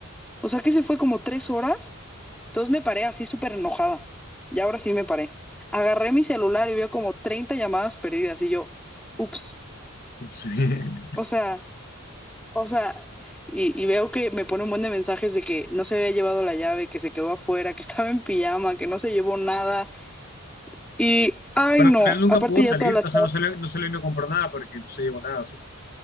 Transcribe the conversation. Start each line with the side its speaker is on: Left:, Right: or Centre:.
Centre: O sea, que se fue como tres horas entonces me paré así súper enojada. Y ahora sí me paré. Agarré mi celular y veo como 30 llamadas perdidas y yo, ups,
Left: Sí. <laughs>
Centre: o sea, o sea, y, y veo que me pone un buen de mensajes de que no se había llevado la llave, que se quedó afuera, que <laughs> estaba en pijama, que no se llevó nada. Y, ay,
Left: Pero
Centre: no,
Left: al final nunca
Centre: aparte
Left: pudo
Centre: ya
Left: salir,
Centre: todas las...
Left: o sea, no salió, no salió y no compró nada porque no se llevó nada, sí.